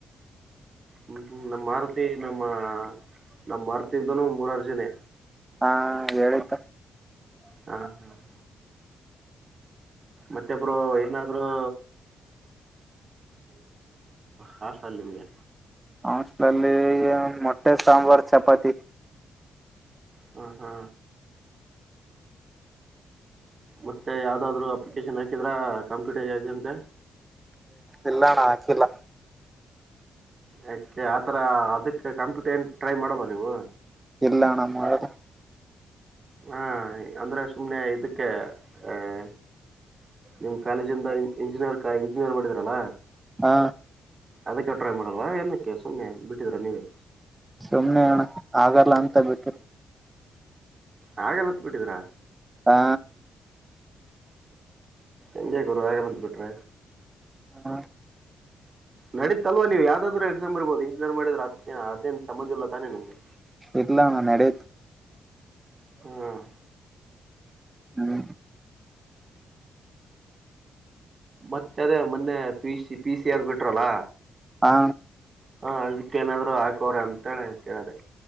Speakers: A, on the right; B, on the right.
A: ಹ್ಮ್ ಹ್ಮ್ ನಮ್ಮ ಆಾರುತಿ ನಮ್ಮ ನಮಮ್ಮ ಮಾರುತಿದ್ದನು ಮೂರಾರ ಜನೆ
B: ಹಾ ಹೇಳ್ತ
A: ಹ್ಮ್ ಹ್ಮ್ ಮತ್ತೆಬ್ರು ಏನಾದ್ರರು ಹ ಸಲ್ ನಿಮ್ಗೆ
B: ಹಸ್ಲಲ್ಲಿ ಮೊಟ್ಟೆ ಸಾಂಬಾರ್ ಚಪಾತಿ
A: ಹ್ಮ ಹಾ ಮತ್ತೆ ಯಾವ್ದಾದ್ರು ಅಪ್ಲಿಕೇಶನ್ ಹಾಕಿದ್ರಾ ಕಂಪ್ಯೂಟರ್ ಎಕ್ಸಂತ
B: ಎಲ್ಲಣ ಆಾಕಿಲ್ಲ
A: ಯಾಕೆ ಆತರ ಅದಕ್ಕೆ ಕಂಪ್ಯೂಟರ್ ಏನ್ ಟ್ರೈ ಮಾಡಲ್ಲ ನೀವು
B: ಎಲ್ಲಣ್ಣ ಮಾಡದು
A: ಹಾ ಅಂದ್ರೆ ಸುಮ್ನೆ ಇದಕ್ಕೆ ಆಹ ನಿಮ್ ಕಾಲೇಜಿಂದ ಇಂಜಿನಿಯರ್ ಇಂಜಿನಿಯರ್ ಮಾಡಿದ್ರಲ್ಲಾ
B: ಹಾ
A: ಅದಕ್ಕೆ ಟ್ರೈ ಮಾಡಲ್ವಾ ಏನಕ್ಕೆ ಸುಮ್ಮನೆ ಬಿಟ್ಟಿದ್ರ ನೀವೇ
B: ಸುಮ್ನೆ ಅಣ್ಣ ಆಗಲ್ಲ ಅಂತ ಬಿಟ್ಟ್ರ
A: ಹಾಗಲ್ಲತ್ ಬಿಿಟ್ಟಿದ್ರಾ
B: ಹಾ
A: ಎಂಗ ಗೂರು ವಗಲಂತ ಬಿಟ್ರ
B: ಹಾ
A: ನಡೀತ್ ಅಲ್ವ ನೀವು ಯಾವ್ದಾದ್ರು ಎಕ್ಸಾಮ್ ಬರ್ಬೋದು ಇಂಜಿನಿಯರ್ ಮಾಡಿದ್ರೆ ಅದಕ್ಕೆ ಅದೇನು ಸಂಬಂಧ ಇಿಲ್ಲ ತಾನೇ ನಿಮ್ಗೆ
B: ಇಲ್ಲ ನಾ ನಡೆಯತ
A: ಹ್ಮ್
B: ಹ್ಮ
A: ಮತ್ತೆ ಅದೇ ಮೊನ್ನೆ ಪಿ ಸಿ ಪಿ ಸಿ ಆದ್ ಬಿಟ್ರಲ್ಲ
B: ಹಾ
A: ಹ ಅದಕ್ಕ ಏನಾದ್ರು ಹಾಕವ್ರ ಅಂತೇಳ ಕೇಳದೆ